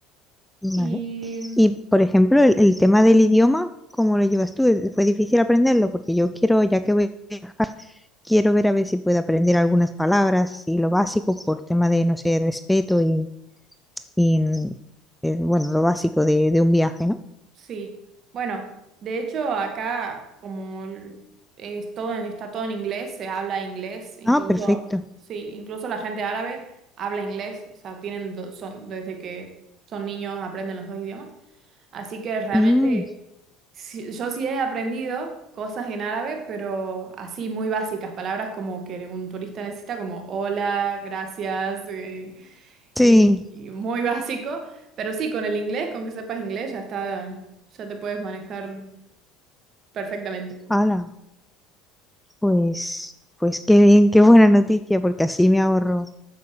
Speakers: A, in the centre; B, on the right (about 50°).
A: Vale.
B: Y,
A: Y, por ejemplo, el, el tema
B: sí
A: del idioma, ¿cómo lo llevas tú? ¿Fue difícil aprenderlo? Porque yo quiero, ya que voy, a viajar, quiero ver a ver si puedo aprender algunas palabras y lo básico por tema de, no sé, respeto y, y, eh, bueno, lo básico de, de un viaje, ¿no?
B: Sí, bueno, de hecho acá como el- es todo, en- está todo en inglés, se habla inglés, incluso,
A: Ah, perfecto.
B: sí, incluso la gente árabe habla inglés, o sea, tienen, do- son, desde que son niños aprenden los dos idiomas. Así que realmente
A: Mm,
B: sí- yo sí he aprendido cosas en árabe, pero así muy básicas, palabras como que un turista necesita como hola, gracias, eh, y,
A: sí,
B: y muy básico, pero sí, con el inglés, con que sepas inglés, ya está, ya te puedes manejar perfectamente.
A: hala, pues, pues qué bien, qué buena noticia, porque así me ahorro